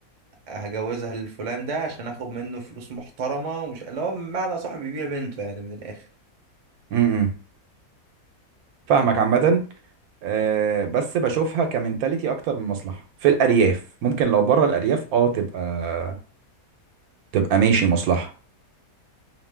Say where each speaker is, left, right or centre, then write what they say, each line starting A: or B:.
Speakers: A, on the right (about 50°); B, on the right (about 80°).
A: هجوزها للفلان ده عشان اخد منه فلوس محترمه ومش اللي هو بمعنى صاحبي بيبيع بنته يعني من الاخر
B: امم امم. فاهمك عامه أه بس بشوفها كمنتاليتي اكتر من مصلحه في الارياف ممكن لو بره الارياف اه تبقى تبقى ماشي مصلحه